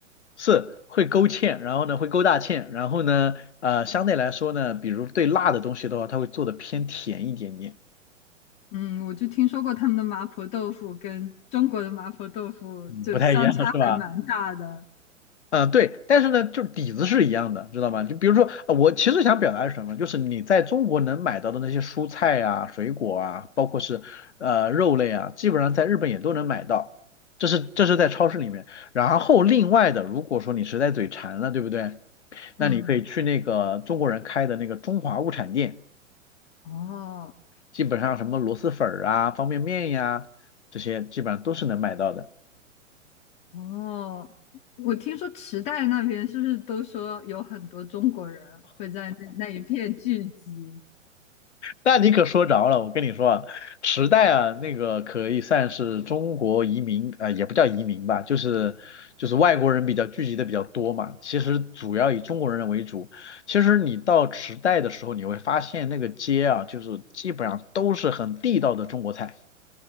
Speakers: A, on the left; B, on the left.
A: 是会勾芡，然后呢会勾大芡，然后呢呃相对来说呢，比如对辣的东西的话，它会做的偏甜一点点，
B: 嗯，我就听说过他们的麻婆豆腐跟中国的麻婆豆腐就相差还蛮大的，
A: 嗯，不太一样是吧？嗯，呃对，但是呢，就是底子是一样的，知道吗？就比如说，呃我其实想表达是什么，就是你在中国能买到的那些蔬菜啊、水果啊，包括是呃肉类啊，基本上在日本也都能买到，这是这是在超市里面。然后另外的，如果说你实在嘴馋了，对不对？那你可以去那个中国人开的那个中华物产店，
B: 嗯。哦，
A: 基本上什么螺蛳粉儿啊、方便面呀、这些基本上都是能买到的。
B: 哦，我听说池袋那边是不是都说有很多中国人会在那那一片聚集，
A: 那你可说着了，我跟你说啊，池袋啊，那个可以算是中国移民，啊、也不叫移民吧，就是就是外国人比较聚集的比较多嘛。其实主要以中国人为主。其实你到池袋的时候，你会发现那个街啊，就是基本上都是很地道的中国菜，